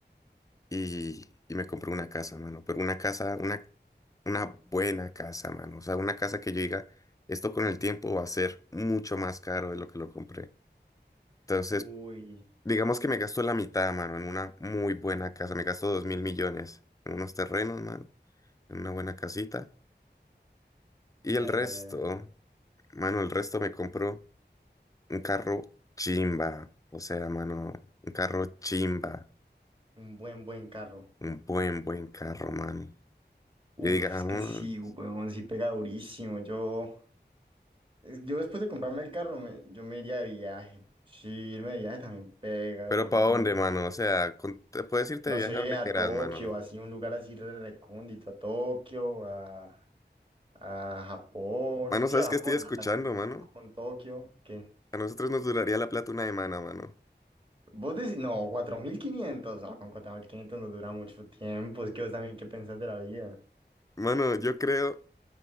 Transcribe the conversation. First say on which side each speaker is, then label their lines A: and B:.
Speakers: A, on the left; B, on the right.
A: y, y me compré una casa, mano. Pero una casa, una, una buena casa, mano. O sea, una casa que yo diga, esto con el tiempo va a ser mucho más caro de lo que lo compré. Entonces,
B: Uy,
A: digamos que me gasto la mitad, mano, en una muy buena casa. Me gasto dos mil millones en unos terrenos, mano, en una buena casita. Y
B: ya,
A: el resto,
B: ya, ya, ya.
A: mano, el resto me compro un carro chimba. O sea, mano, un carro chimba.
B: Un buen, buen carro.
A: Un buen, buen carro, mano.
B: Uf,
A: Y digamos...
B: es que sí, weón, sí pega durísimo. Yo, es- yo después de comprarme el carro, me- yo me iría de viaje. Sí, irme de viaje también pega
A: Pero
B: durísimo.
A: ¿para dónde, mano? O sea, con- te puedes irte
B: No
A: de viaje
B: sé,
A: a donde
B: a
A: quieras,
B: Tokio,
A: mano.
B: así, un lugar así re- recóndito, a Tokio, a, a Japón.
A: Mano,
B: Sí,
A: ¿sabes
B: a Japón,
A: qué estoy escuchando,
B: a, a
A: mano?
B: Japón, Tokio, ¿qué?
A: A nosotros nos duraría la plata una semana, mano.
B: Vos decís, no, 4.500, no, con 4.500 nos dura mucho tiempo, es que vos también, ¿qué pensás de la vida?
A: Mano, yo creo,